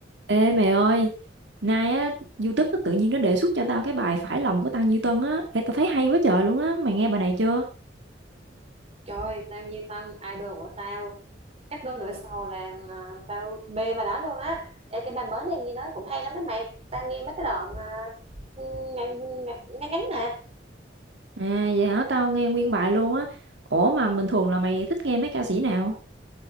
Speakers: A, on the right; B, on the right.
A: Ê mày ơi, nay á, YouTube nó tự nhiên nó đề xuất cho tao cái bài Phải lòng của Tăng Duy Tân á. Ê, tao thấy hay quá trời luôn á, mày nghe bài này chưa?
B: Trời ơi, tao Duy Tân, idol của tao. Cách đôi nửa sau là à, tao mê bà đó luôn á. Ê, cái bài mới này nghe nói cũng hay lắm đấy mày. Tao nghe mấy cái đoạn à, ngắn, ngắn, ngắn ngắn nè.
A: À, vậy hả, tao nghe nguyên bài luôn á. Ủa mà bình thường là mày thích nghe mấy ca sĩ nào?